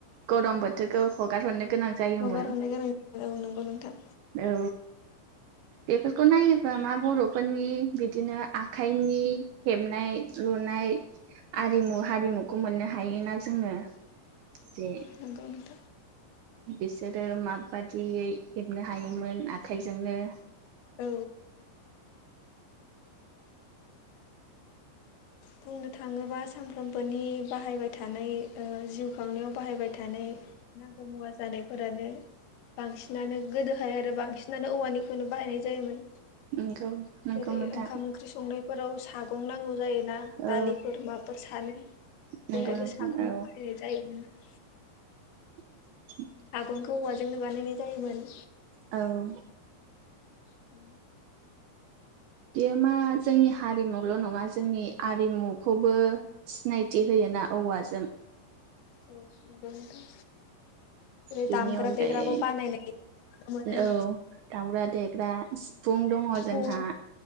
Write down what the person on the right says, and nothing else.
गरम बोथोरखौ हगार गोनां जायोमोन
औ बेफोरखौ नायोबा मा बर'फोरनि बिदिनो आखाइनि हेबनाय रलुनाय आरिमु हारिमुखौ मोननो हायोना जोङो जे
बिसोरो माबादियै हेबनो हायोमोन आखाइजोंनो
नंगौ नंगौ
नोंथां
औ
नंगौ
नोंथां
औ
<inaudible>
औ।
बियो मा हारिमुल' नङा जोंनि आरिमुखौबो सिनायथि होयोना औवाजों।
बेनि
अनगायै
औ दामग्रा देग्रा सिफुं दङ'
जोंहा